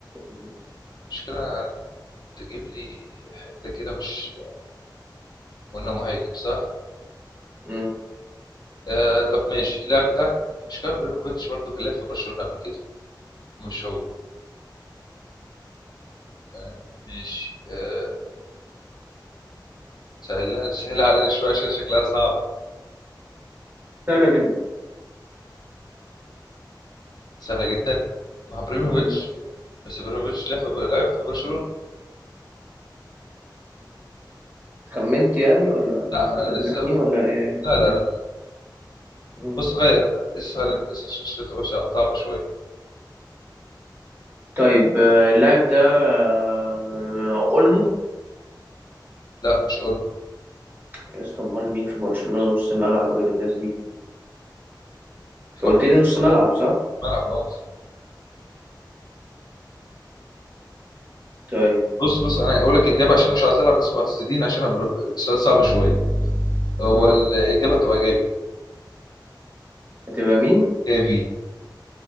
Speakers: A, on the right (about 25°); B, on the left (about 60°).
A: مم.
B: مشكلة تجيب لي حتة كده مش قلنا مهاجم صح
A: امم
B: آه طب ماشي اللاعب بتاعك مش كان ابراهيموفيتش برضه كان لاعب في برشلونة قبل كده مش هو آه ماشي آه سهلها سهلها علينا شوية عشان شكلها صعب
A: سهلة جدا
B: سهلة جدا مع ابراهيموفيتش
A: امم
B: بس ابراهيموفيتش لعب في لعب في برشلونة
A: خمنت يعني ولا ولا
B: لا انا
A: ده
B: لسه
A: تخمين ولا ايه
B: لا
A: ما-
B: لا لا
A: مم.
B: بص غير اسهل انت اسهل عشان تبقى صعبة شوية
A: طيب آه، اللاعب ده آه، اولمو
B: لا مش اولمو
A: يا اسطى امال مين في برشلونة نص ملعب غير الناس دي انت
B: في
A: قلت
B: واحد
A: لي
B: تاني.
A: نص ملعب صح
B: ملعب اه
A: طيب
B: بص بص انا هقول لك اجابه عشان مش عايز العب ناس معتزلين عشان هبل- السؤال صعب شويه هو
A: امم
B: الاجابه هتبقى جافي
A: هتبقى مين
B: جافي